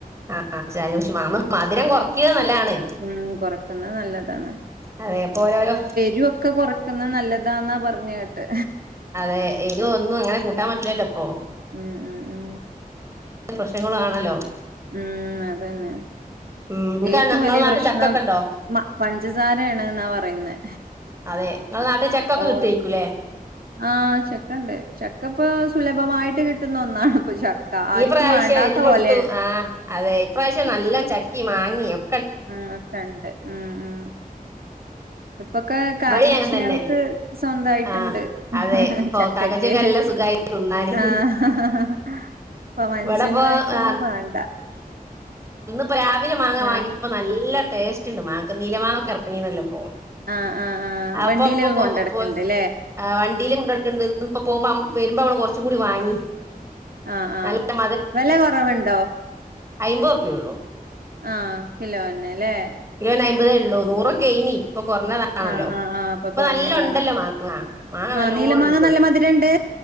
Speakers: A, on the right; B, on the right.
A: ആ പക്ഷ നമ്മള് മധുരം കുറക്ക്ണത് നല്ലാണ്
B: ഉം കൊറക്കുന്നത് നല്ലതാണ്
A: അതെ അപ്പൊ ഓരോരോ
B: എരുക്കൊ കുറയ്ക്കുന്നത് നല്ലതാന്നാ പറഞ്ഞ് കേട്ട്
A: അതെ എരിവ് ഒന്നും അങ്ങനെ കൂട്ടാൻ പറ്റില്ലല്ലോ ഇപ്പൊ
B: മ് മ് മ്
A: പ്രശ്നങ്ങള് ആണല്ലോ
B: മ് അതന്നെ
A: ഉം നിങ്ങക്ക്
B: ഏറ്റവും
A: നിങ്ങളെ
B: വലിയ
A: നാട്ടിൽ
B: പ്രശ്നം
A: ചക്കൊക്കെ ഉണ്ടോ
B: മ പഞ്ചസാരയാണെന്നാ പറയുന്നേ
A: അതെ നിങ്ങളെ നാട്ടിൽ ചക്കൊക്കെ
B: ഓ
A: കിട്ടുവായിരിക്കൂല്ലേ
B: ആ ചക്കണ്ട് ചക്ക ഇപ്പോ സുലഭമായിട്ട് കിട്ട കിട്ടുന്ന ഒന്നാണ് ഇപ്പൊ ചക്ക ആർക്കും
A: ഈ പ്രാവശ്യം
B: വേണ്ടാത്ത
A: എലോട്ത്തും
B: പോലെയാണ്
A: ആ അതെ ഈ പ്രാവശ്യം നല്ലം ചക്ക ചക്കിം മാങ്ങിമം
B: മ് ഒക്കെ ഉണ്ട് മ് മ് ഇപ്പൊക്കെ കാക്കച്യാള്ക്ക്
A: ഇവിടെയും അങ്ങനെ തന്നെ
B: സ്വന്തായിട്ടുണ്ട്
A: ആ അതെ
B: <inaudible>
A: ഇപ്പൊ
B: ചക്ക
A: കാക്കച്ചക്ക്
B: ഒക്കെ
A: നല്ല സുഖമായി തിന്നാന്
B: ആ <inaudible> ഇപ്പൊ മനുഷ്യന്മാർക്ക്
A: ഇവിടെ ഇപ്പൊ ആ,
B: ഒന്നും വേണ്ട
A: ഇപ്പൊ രാവിലെ മാങ്ങ
B: ആഹ്
A: വാങ്ങിയപ്പോ നല്ല ടേസ്റ്റ് ഉണ്ട് മാങ്ങക്ക് നീലമാങ്ങ ഇറങ്ങിന്നല്ലപ്പോ
B: ആഹ് ആഹ് ആഹ്
A: ആ
B: വണ്ടിയിലൊക്കെ
A: ഇപ്പൊ ഇപ്പൊ
B: കൊണ്ടടക്ക്ണ്ട് ല്ലേ
A: വണ്ടിയിലും കൊണ്ടടുക്കണ്ട് ഇ പോകുമ്പോ വരുമ്പോ അവ കുറച്ചു കൂടി വാങ്ങി
B: ആഹ് ആഹ്
A: നല്ല
B: വെല കൊറവ്ണ്ടോ?
A: അയ്മ്പൊർപ്യൊള്ളു.
B: ആഹ് കിലോൻന് ലേ
A: കിലോനയ്മ്പതേ ഒള്ളൂ. നൂറൊക്കെയ്നി ഇപ്പ കൊറഞ്ഞതാണല്ലോ.
B: ആഹ് ആഹ് ആഹ് അപ്പൊ
A: ഇപ്പൊ
B: കൊറഞ്ഞതാണ്
A: നല്ലൊണ്ടല്ലോ മാങ്ങ. മാങ്ങ നല്ലോണ്ട്.
B: ആഹ് നീലമാങ്ങ നല്ല മധുരണ്ട്